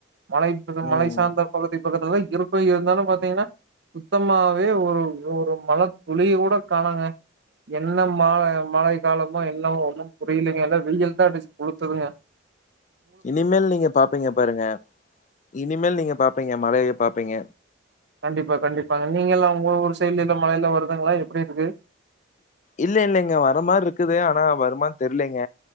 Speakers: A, on the right (about 55°); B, on the left (about 35°).
A: மலை இது
B: ம்
A: மலை சார்ந்த பகுதி பக்கத்துல தா இருக்கோ இருந்தாலு பாத்தீங்கன்னா சுத்தமாவே ஒரு ஒரு மழ துளிய கூட காணோங்க என்ன மால மழை காலமோ என்னவோ ஒன்னும் புரியுலங்க இல்ல வெயில்தா அடிச்சு குளுத்துதுங்க
B: இனிமேல் நீங்க பாப்பீங்க பாருங்க இனிமேல் நீங்க பாப்பீங்க மழைய பாப்பீங்க
A: கண்டிப்பா கண்டிப்பாங்க நீங்க எல்லா உங்க ஊரு சைடுல எல்லா மழையெல்லா வருதுங்களா எப்டி இருக்கு
B: இல்ல இல்லலைங்க வர மாரி இருக்குது ஆனா வருமான்னு தெரியிலங்க